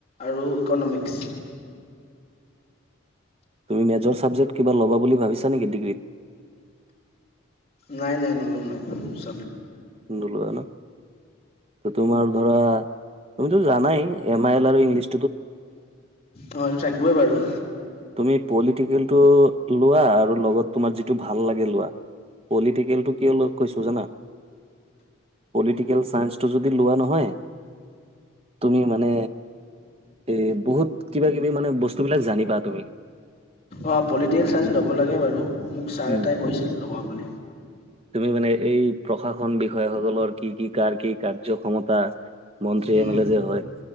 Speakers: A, on the left; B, on the right.
A: আৰু ইকনমিক্স
B: তুমি মেজৰ ছাবজেক্ট কিবা ল'ব বুলি ভাবিছা নেকি ডিগ্ৰীত
A: নাই নাই ননুম একদ চ
B: উডলো আনা ত তোমাৰ ধৰা তুমিতটো জানাই এম আই এল আৰু ইংলিছ
A: অ এইটো থাকিবই বাৰু
B: তুমি পলিটিকেলটো লোৱা আৰু লগত তোমাৰ যিটো ভাল লাগে লোৱা। পলিটিকেল টো কি হল কৈছোঁ জানা, পলিটিকেল ন্স টো যদি লোৱা নহয়। তুমি মানে এ বহুত কিবা কিবি মানে বস্তুবিলাক জানিব। তুমি
A: অঁ পলিটিকেল চাইন্স ল'ব লাগে বাৰু মোক ছাৰ
B: উম
A: এটাই কৈছিল লবা বুলি।
B: তুমি মানে এই প্ৰশাসন বিষয়াসকলৰ কি কি কাৰ কি কাৰ্য ক্ষমতা। মন্ত্ৰী
A: উম
B: এম এল এ যে হয়